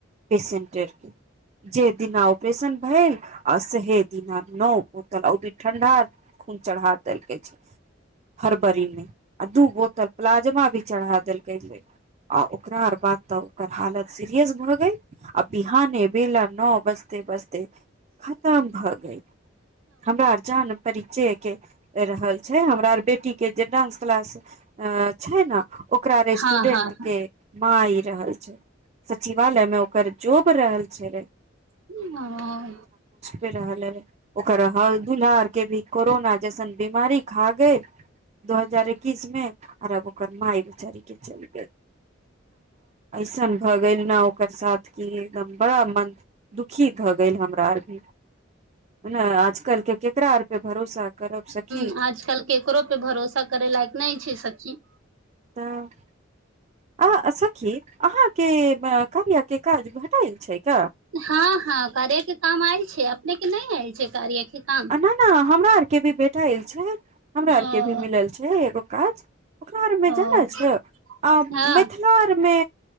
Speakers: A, on the right; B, on the right.
A: पेसेंटेड जे दिना ऑपरेशन भेल आ सहे दिना नओ बोतल अ भी ठंडा खून चढ़ा देलक छै फरवरी मे आ दू बोतल प्लाज्ममा भी चढ़ा देलक छै आ ओकरा आर बात तऽ ओकर हालत सिरियस भ गेल ह विहाने भेला न बजे त बस ते खतम भऽ गय हमरा अर जान परिचय के रहल छै हमरा आर बेटी के जे डानंस क्लास अ छै ने ओकरा
B: आजकल
A: रेस्टूडेंट के माय रहल छै सचिवालय मे वो कर्जजो मे रहल से
B: ह ह
A: रहल ह ओकर हर दुल्हार के भी कोरोना जैसन बीमारी खा गेल दू हजार एकैस मे आराब कर माय विचारी के चल गेल ऐसन भऽ गेल न ओकर साथ क एकदम बड़ा मन दुखी भऽ गेल हमरा आर भी आजकल के ककरा आर पे भरोसा करब सखी
B: ह आजकल केकरो पे भरोसा करै लायक नहि छै सखी
A: तऽ अ सखी अहाँके कार्या के काज भेटाएल छै का
B: हँ हँ करेके काम आयल छै अपने नहि आयल छै कार्य के काम
A: आ ना ना हमरा आर के भी बेटा आयल छै हमरा
B: हँ
A: आरके भी मिलल छै एगो काज ओकरा आरमे
B: हँ
A: जानै छ आ
B: हँ
A: मिथिला आरमे